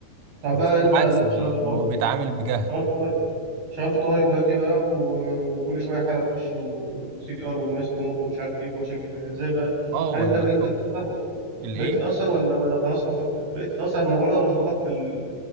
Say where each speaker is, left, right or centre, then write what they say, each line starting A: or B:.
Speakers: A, on the right (about 85°); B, on the right (about 60°).
A: طب
B: بس
A: بقى انت
B: بالعكس
A: دلوقتي
B: ما
A: شغال في الطوارئ
B: ما هو بيتعامل بجهل
A: شغال في الطوارئ شغال في الطوارئ دلوقتي بقى و... وكل شويه حاله تخش وسي بي ار والناس تموت ومش عارف ايه ومشاكل كده ازاي بقى
B: اه ولا
A: هل انت بقيت تتاثر
B: الايه
A: بقيت تتأثر ولا ولا خلاص فقدت بقيت تتأثر الموضوع ده ولا فقدت ال...